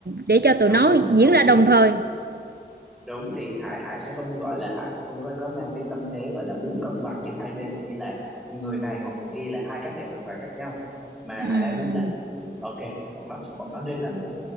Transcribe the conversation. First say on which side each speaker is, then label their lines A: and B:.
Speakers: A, on the right (about 65°); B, in the centre.
A: để cho tụi
B: đúng
A: nó
B: đúng
A: diễn ra đồng
B: thì
A: thời
B: đúng thì Hải Hải sẽ không gọi là Hải sẽ không có có mang cái tâm thế gọi là muốn cân bằng giữa hai bên như là người này hoặc người kia là hai cá thể hoàn toàn khác nhau mà
A: ừ
B: Hải lại muốn là ừ, ok bọn nó bọn nó nên là một